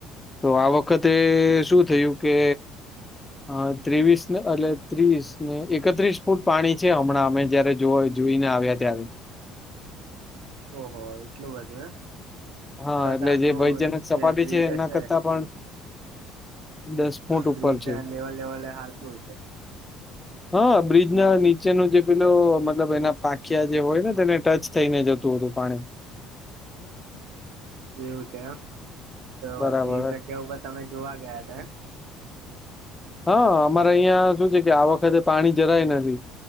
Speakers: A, on the left (about 15°); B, on the right (about 70°).
A: તો આ વખતે શું થયું કે હા, ત્રેવીસ ને અટલે ત્રીસ ને એકત્રીસ ફૂટ પાણી છે હમણાં અમે જયારે જોવાએ જોઈને આવ્યા ત્યારે.
B: ઓહો! એટલું બધું એમ
A: હા
B: તો
A: એટલે
B: તો આખું
A: જે ભયજનક સપાટી
B: જે બ્રિજ
A: છે એના
B: હશે.
A: કરતાં પણ દસ ફૂટ
B: બ્રિજ
A: ઉપર
B: ના
A: છે
B: લેવા લેવલે હાલતુ છે.
A: હા, બ્રિજ ના નીચેનું જે પેલો મતલબ એના પાંખિયા જે હોય ને તેને ટચ થઈને જતું હતું પાણી.
B: એવું છે એમ તો
A: બરાબર
B: એ જગ્યા ઉપર તમે જોવા ગયા તા એમ.
A: હા! અમારે અહિયાં શું છે કે આ વખતે પાણી જરાય નથી.